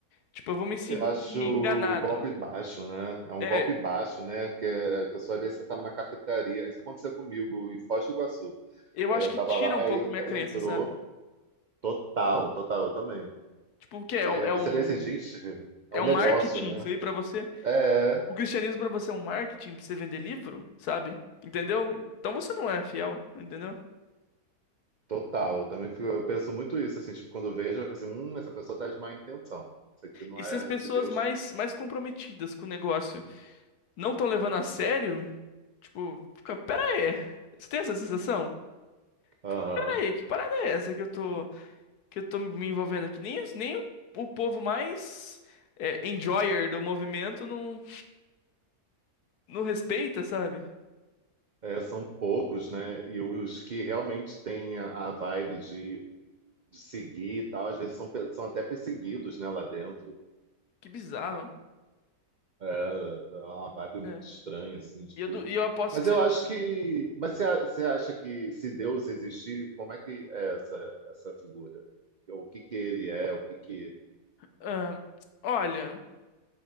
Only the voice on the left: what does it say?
Tipo, eu vou me sentir
enganado.
É,
eu
acho
que
tira
um pouco
minha
crença,
sabe?
Tipo, o quê? É
um,
é
um,
é
um
marketing
isso aí pra você?
O cristianismo pra você é um marketing pra você vender livro, sabe? Entendeu? Então você não é fiel, entendeu?
E
se as pessoas
mais,
mais comprometidas com o negócio não estão levando a sério, tipo, fica, pera aí. Você tem essa sensação?
Tipo, pera aí, que parada é essa que eu tô, que eu tô me envolvendo aqui? Nem, os- nem o, o povo mais é, enjoyer do movimento não, não respeita, sabe?
Que bizarro.
É.
E eu, du- e eu aposto
que
se
Ah, olha,